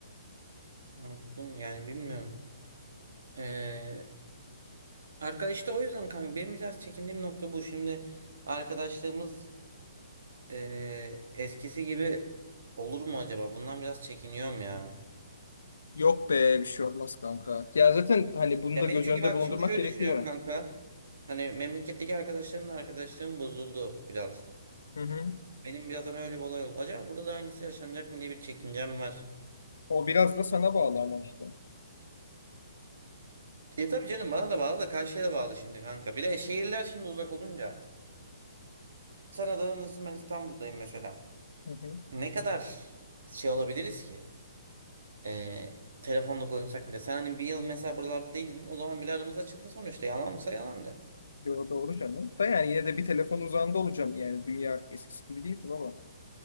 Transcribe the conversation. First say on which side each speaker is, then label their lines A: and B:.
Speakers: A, on the right (about 80°); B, on the left (about 85°).
A: Anladım yani bilmiyorum. Ee, arkadaş işte o yüzden kanka benim biraz çekindiğim nokta bu. Şimdi arkadaşlığımız ee, eskisi gibi olur mu acaba? Bundan biraz çekiniyorum ya.
B: Yok be bir şey olmaz kanka. Ya zaten hani bunu
A: Ya
B: da göz
A: benim çünkü
B: önünde
A: bak
B: bulundurmak
A: şimdi şöyle
B: gerekiyor.
A: düşünüyorum kanka. Hani memleketteki arkadaşlarımla arkadaşlığım bozuldu biraz.
B: Hı hı.
A: Benim birazdan öyle bir olay oldu. Acaba burada da aynısı yaşanacak mı diye bir çekincem var.
B: O biraz da sana bağlı ama işte.
A: E tabii canım bana da bağlı da karşıya da bağlı şimdi kanka. Bir de şehirler şimdi uzak olunca. Sen Adana'dasın ben İstanbul'dayım mesela.
B: Hı hı.
A: Ne kadar şey olabiliriz ki? E, telefonla konuşsak bile. Sen hani bir yıl mesela buralarda değildin. O zaman bile aramız açıldı sonuçta. Yalansa yalandı.
B: Yo, doğru canım. Da yani yine de bir telefon uzağında olacağım yani. Dünya eskisi gibi değil ama.